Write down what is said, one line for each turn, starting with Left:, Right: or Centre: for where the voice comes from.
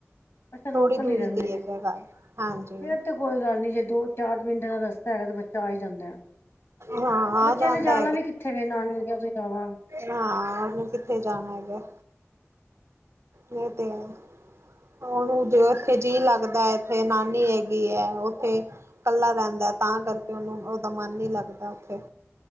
Left: ਅੱਛਾ ਲੋਕਲ
Right: ਥੋੜ੍ਹੀ ਦੂਰੀ
Left: ਹੀ ਰਹਿੰਦੇ
Right: ਤੇ ਈ
Left: ਨੇ
Right: ਆ ਏਦਾ ਘਰ ਹਾਂਜੀ।
Left: ਫੇਰ ਤੇ ਕੋਈ ਗੱਲ ਨੀ ਜੇ ਦੋ-ਚਾਰ ਮਿੰਟ ਦਾ ਰਸਤਾ ਹੈਗਾ ਤਾਂ ਬੱਚਾ ਆ ਹੀ ਜਾਂਦਾ।
Right: ਹਾਂ ਆ
Left: ਬੱਚਿਆਂ
Right: ਜਾਂਦਾ
Left: ਨੇ ਜਾਣਾ ਵੀ ਕਿੱਥੇ ਵੇ ਨਾਨਕਿਆ ਤੋਂ ਇਲਾਵਾ।
Right: ਹਾ ਉਹਨੂੰ ਕਿੱਥੇ ਜਾਣਾ ਹੈਗਾ, ਏਹ ਤੇ ਐ। ਉਹਨੂੰ ਉੱਥੇ ਜੀਅ ਲੱਗਦਾ ਇੱਥੇ ਨਾਨੀ ਹੈਗੀ ਹੈ ਉੱਥੇ ਕੱਲਾ ਰਹਿੰਦਾ ਤਾਂ ਕਰਕੇ ਉਹਨੂੰ ਉਹਦਾ ਮਨ ਨੀ ਲੱਗਦਾ ਉੱਥੇ।